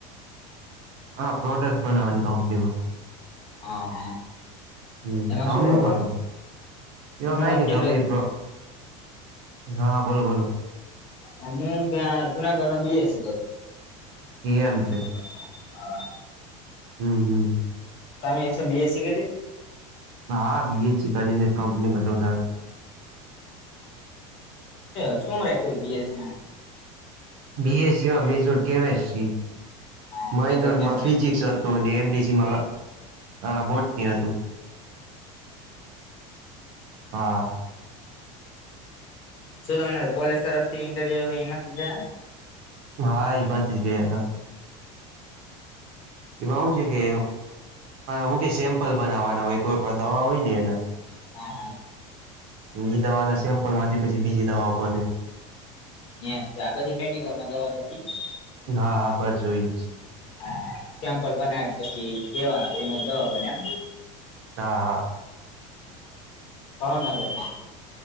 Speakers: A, on the right; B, on the left.
A: હા, પ્રોડક્ટ બનાવાની કંપનીમાં
B: હા હા
A: હમ્મ
B: એમાં
A: તમે
B: શું કરવાનું
A: હું કરો. એવા
B: હું
A: કઈ
B: અત્યારે
A: નઈ ગમે એ હા, બોલો બોલો
B: હુ ત્યાં જુનાગઢ માં બી. એસ. સી કરું.
A: એમ છે.
B: <inaudible> હા
A: હમ્મ હમ્મ
B: તમે સુ બી. એસ. સી કર્યું હતું.
A: હા બી. એસ. સી કરી ને કંપનીમાં જોડાણો,
B: <inaudible> સુ બી. એસ. સી માં
A: બી. એસ. સી માં મેજર કેમેસ્ટ્રી
B: માં
A: માઇનર
B: મેજર કેમ
A: માં ફિઝિકસ હ તો ને એમડીસી માં બોટ નિતું હા
B: શું તમને કોલેજ તરફથી ઇન્ટરવ્યુ ઈમાં થી જાયા ને
A: હા, ઈ બાજથી જ ગયાતા. એમાં હું છે, કે હું કે સેમ્પલ બનાવવાના હોય કોઈ પણ દવા હોય ને એના.
B: <inaudible>
A: ઈ દવા ના સેમ્પલ માંથી પછી બીજી દવાઓ બને,
B: એમ છે. આ બધી મેડિકલ માં દવા જાય ઈ ને,
A: હા હા, બસ જો ઇ જ
B: <inaudible> સેમ્પલ બનાવી પછી જેવાના પછી દવા બને એમ ને?
A: હા હા
B: હા <unintelligible>